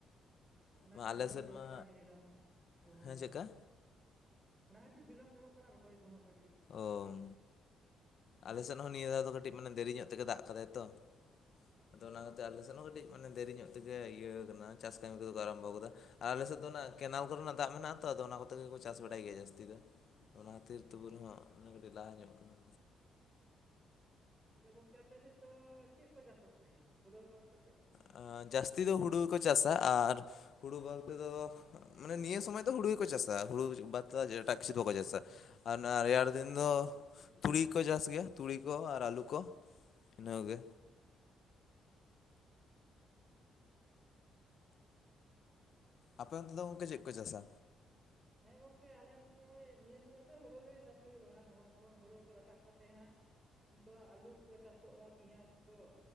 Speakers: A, on the right (about 15°); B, on the left (about 60°).
A: ᱚᱱᱟᱛᱮ
B: ᱢᱟ ᱟᱞᱮ
A: ᱵᱤᱞᱚᱢ
B: ᱥᱮᱫ
A: ᱧᱚᱜᱚᱜ
B: ᱢᱟ
A: ᱠᱟᱱᱟ ᱱᱤᱭᱟᱹ ᱫᱷᱟᱣ ᱦᱟᱸᱜ ᱨᱚᱦᱚᱭ
B: ᱦᱮᱸ
A: ᱠᱚ
B: ᱪᱮᱫᱠᱟ
A: ᱦᱟᱸᱜ ᱾ ᱚᱱᱟ ᱠᱷᱟᱹᱛᱤᱨ ᱵᱤᱞᱚᱢ ᱧᱚᱜᱚᱜ ᱠᱟᱱᱟ ᱨᱚᱦᱚᱭ ᱠᱚ ᱦᱟᱸᱜ ᱠᱟᱹᱴᱤᱡ ᱾
B: ᱳᱸᱻ ᱟᱞᱮ ᱥᱮᱫ ᱦᱚᱸ ᱱᱤᱭᱟᱹ ᱫᱷᱟᱣ ᱫᱚ ᱠᱟᱹᱴᱤᱡ ᱢᱟᱱᱮ ᱫᱮᱨᱤ ᱧᱚᱜ ᱠᱟᱛᱮ ᱫᱟᱜ ᱠᱟᱫᱟᱭ ᱛᱚ᱾ ᱟᱫᱚ ᱚᱱᱟ ᱠᱟᱛᱮ ᱟᱞᱮᱥᱮᱱ ᱦᱚᱸ ᱠᱟᱹᱴᱤᱡ ᱢᱟᱱᱮ ᱫᱮᱨᱤ ᱧᱚᱜ ᱛᱮ ᱜᱮ ᱤᱭᱟᱹ ᱠᱟᱱᱟ, ᱪᱟᱥ ᱠᱟᱹᱢᱤ ᱠᱚᱫᱚ ᱠᱚ ᱟᱨᱟᱢᱵᱚ ᱠᱟᱫᱟ᱾ ᱟᱨ ᱟᱞᱮᱥᱮᱫ ᱫᱚ ᱚᱱᱟ ᱠᱮᱱᱟᱞ ᱠᱚᱨᱮᱱᱟᱜ ᱫᱟᱜ ᱢᱮᱱᱟᱜᱼᱟ ᱛᱚ, ᱟᱫᱚ ᱚᱱᱟ ᱠᱚᱛᱮ ᱜᱮᱠᱚ ᱪᱟᱥ ᱵᱟᱲᱟᱭ ᱜᱮᱭᱟ ᱡᱟᱹᱥᱛᱤ ᱫᱚ᱾ ᱚᱱᱟ ᱠᱷᱟᱹᱛᱤᱨ
A: ᱟᱪᱪᱷᱟ
B: ᱛᱚᱵᱩ ᱨᱮᱦᱚᱸ ᱚᱱᱟ ᱠᱟᱹᱴᱤᱡ ᱞᱟᱦᱟ ᱧᱚᱜ ᱠᱟᱱᱟ᱾
A: ᱛᱟᱦᱚᱞᱮ ᱜᱚᱝᱠᱮ ᱟᱯᱮᱥᱮᱫ ᱫᱚ, ᱪᱮᱫ ᱠᱚ ᱪᱟᱥᱚᱜ ᱛᱮ, ᱦᱳᱲᱳ ᱵᱟᱫ ᱠᱟᱛᱮᱜ?
B: ᱟᱸᱻ, ᱡᱟᱹᱥᱛᱤ ᱫᱚ ᱦᱩᱲᱩ ᱜᱮᱠᱚ ᱪᱟᱥᱟ ᱟᱨ ᱦᱩᱲᱩ ᱵᱟᱛ ᱫᱚ ᱢᱟᱱᱮ ᱱᱤᱭᱟᱹ ᱥᱚᱢᱚᱭ ᱫᱚ ᱦᱩᱲᱩ ᱜᱮᱠᱚ ᱪᱟᱥᱟ, ᱦᱩᱲᱩ ᱵᱟᱛ ᱠᱟᱛᱮ ᱮᱡᱟᱴᱜ ᱠᱤᱪᱩ ᱵᱟᱠᱚ ᱪᱟᱥᱟ᱾ ᱟᱨ ᱚᱱᱟ ᱨᱮᱭᱟᱲ ᱫᱤᱱ ᱫᱚ, ᱛᱩᱲᱤ ᱠᱚ ᱪᱟᱥ ᱜᱮᱭᱟ ᱛᱩᱲᱤ ᱠᱚ ᱟᱨ ᱟᱞᱩ ᱠᱚ᱾ ᱤᱱᱟᱹ ᱠᱚ ᱜᱮ᱾
A: ᱟᱪ
B: ᱟᱯᱮ ᱚᱱᱛᱮ ᱫᱚ ᱜᱚᱝᱠᱮ ᱪᱮᱫ ᱠᱚ ᱪᱟᱥᱟ?
A: ᱦᱮᱸ ᱜᱚᱝᱠᱮ ᱟᱞᱮ ᱥᱚᱢᱚᱭ ᱱᱤᱭᱟᱹ ᱥᱚᱢᱚᱭ ᱫᱚ ᱦᱳᱲᱳ ᱜᱮ ᱪᱟᱥ ᱦᱳᱭᱳᱜᱼᱟ᱾ ᱱᱚᱣᱟ ᱯᱚᱨ ᱦᱳᱲᱳ ᱠᱚ ᱨᱟᱠᱟᱵᱽ ᱠᱟᱛᱮ ᱦᱟᱸᱜ ᱩᱱᱫᱚ ᱟᱞᱩ ᱠᱚ ᱪᱟᱥᱚᱜᱼᱟ, ᱯᱮᱸᱭᱟᱡ ᱠᱚ᱾